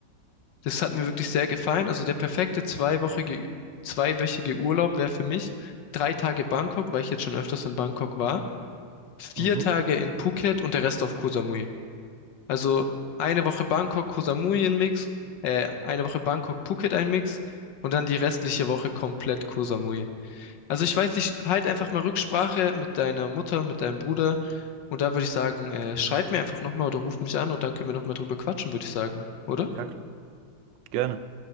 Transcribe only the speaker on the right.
Mhm.
Ja, klar. gerne.